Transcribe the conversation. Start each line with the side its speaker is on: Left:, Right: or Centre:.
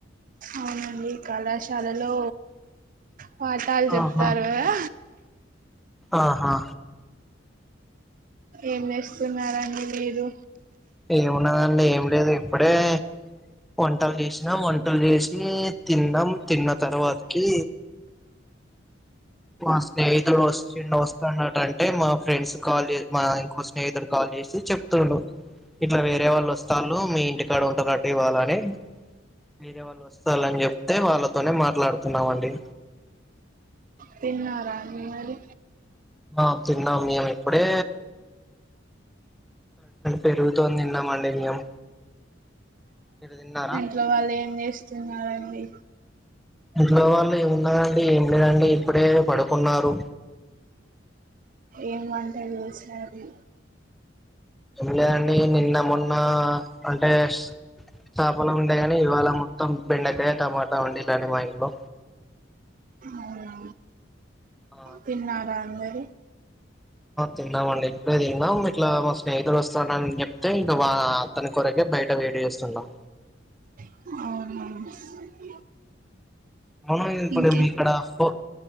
Right: అవునండి కళాశాలలో పాఠాలు చెప్తారు
Centre: ఆహా
Right: కదా
Centre: ఆహా
Right: ఏం చేస్తున్నారండి మీరు
Centre: ఏమున్నదండి ఏం లేదు ఇప్పుడే వంటలు చేసినాం వంటలు చేసి తిన్నాం తిన్న తర్వాత కి మా స్నేహితుడు వస్తు వస్తున్నట అంటే మా ఫ్రెండ్స్ కాల్ చే మా ఇంకో స్నేహితుడు కాల్ చేసి చెప్ తుండు ఇట్ల వేరే వాళ్ళు వస్తాళ్ళు మీ ఇంటికాడ ఉంటారండి ఇవ్వాల అని వేరే వాళ్ళ వస్తారని చెప్తే వాళ్ళతోనే మాట్లాడుతున్నామండి
Right: తిన్నారా అండి మరి
Centre: ఆ తిన్నాం మేము ఇప్పుడే పెరుగుతో తిన్నామండి మేము మీరు తిన్నారా
Right: ఇట్లో వాళ్ళు ఏం చేేస్తున్నారండి
Centre: ఇంట్లో వాళ్ళు ఏమున్నదండి ఏం లేదండి ఇప్పుడే పడుకున్నారు
Right: ఏం వంట చేశారు
Centre: ఏం లేదండి నిన్న మొన్న అంటే చపలు ఉండే కానీ ఇవాళ మొత్తం బెండకాయ టమాటా వండేలాని మా ఇంట్లో
Right: అవునా
Centre: ఆ
Right: తిన్నారా అందరు
Centre: తిన్నామండి ఇప్పుడే తిన్నాం ఇట్లా మా స్నేహితుడు వస్తానని చెప్తే ఇంకా బా అతని కొరకే బయట వెయిట్ చేస్తున్నాం
Right: అవునా
Centre: అవును ఇది ఇప్పుడు
Right: ఇంకి
Centre: మీక్కడ ఫోన్